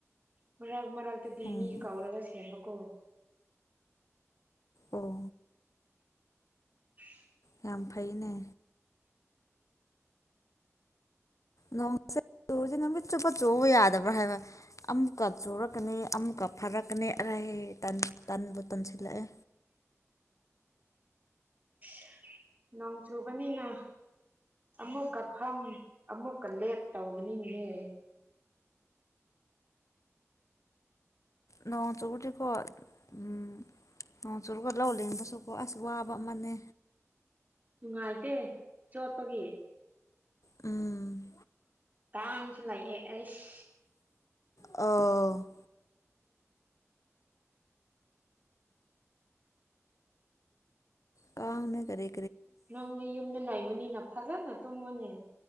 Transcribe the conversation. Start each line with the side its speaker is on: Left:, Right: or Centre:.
Right: ꯃꯔꯛ ꯃꯔꯛꯇꯗꯤ
Left: ꯎꯝ
Right: ꯃꯤ ꯀꯥꯎꯔꯒ ꯁꯦꯝꯕꯀꯣ
Left: ꯑꯣ
Right: ꯎ
Left: ꯌꯥꯝ ꯐꯩꯅꯦ ꯅꯃꯁꯦ ꯆꯨꯁꯦꯅꯃꯤꯠ ꯆꯨꯞꯄ ꯆꯣꯕ ꯌꯥꯗꯕ꯭ꯔꯥ ꯍꯥꯏꯕ ꯑꯃꯨꯛꯀ ꯆꯣꯔꯛꯀꯅꯤ ꯑꯃꯨꯛꯀ ꯐꯔꯛꯀꯅꯤ ꯄꯥꯏ ꯇꯥꯟ ꯇꯥꯟꯕꯣꯇꯟꯁꯤ ꯂꯥꯛꯑꯦ
Right: <inaudible> ꯅꯣꯡ ꯆꯨꯕꯅꯤꯅ ꯑꯃꯨꯛꯀ ꯐꯝ ꯑꯃꯨꯛꯀ ꯂꯦꯞ ꯇꯧꯕꯅꯤ ꯭ꯔꯦ
Left: ꯅꯣꯡ ꯆꯒꯇ ꯈꯣ ꯎꯝ ꯅ ꯆꯨꯔꯒ ꯂꯧꯜꯂꯤꯉꯗꯁꯨꯀꯣ ꯑꯁ ꯋꯥꯕ ꯑꯃꯅꯦ
Right: ꯅꯨꯡꯉꯥꯏꯇꯦ ꯆꯣꯠꯄꯒꯤ
Left: ꯎꯝ
Right: ꯇꯥꯡꯁꯨ ꯂꯩꯥꯏꯍꯦ ꯑꯦꯁ
Left: ꯑꯣ ꯀꯥꯅ ꯀꯔꯦ
Right: ꯅꯪꯗꯤ ꯌꯨꯝꯗ ꯂꯩꯕꯅꯤꯅ ꯐꯖꯅ ꯇꯨꯝꯃꯣꯅꯦ